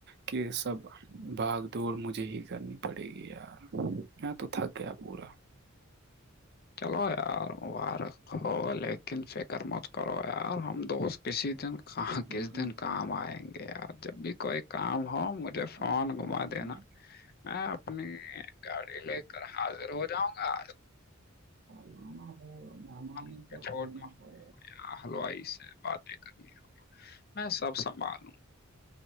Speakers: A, on the right; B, on the left.
A: کہ سب بھاگ دوڑ مجھے ہی کرنی پڑے گی یار میں تو تھک گیا پورا
B: چلو یار مبارک ہو لیکن فکر مت کرو یار ہم دوست کسی دن کہاں
A: دوسری
B: کس دن کام آئیں گے پ جب بھی کوئی کام ہو مجھے فان
A: مال
B: گھما
A: جمع
B: دینا
A: کر
B: میں اپنی گاڑی لے کر حاضر ہو جاؤں گا
A: انا ہو مہمانوں
B: کو
A: پر
B: چھوڑنا
A: پڑنا ہو
B: یا حلوائی سے باتیں کرنی میں سب سنبھال